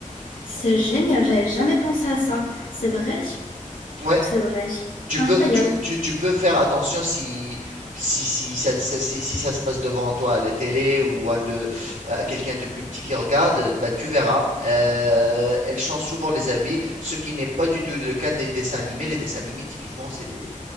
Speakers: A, on the left; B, on the right.
A: C'est génial, j'avais jamais pensé à ça. C'est vrai?
B: Ouais.
A: C'est vrai.
B: Tu
A: Incroyable.
B: peux, tu, tu, tu peux faire attention si, si, si, ça, ça- si, si ça se passe devant toi à la télé ou un de, euh, quelqu'un de plus petit qui regarde, euh, bah, tu verras. euh, elle change souvent les avis, ce qui n'est pas du tout le cas des dessins animés. Les dessins animés, typiquement, c'est des...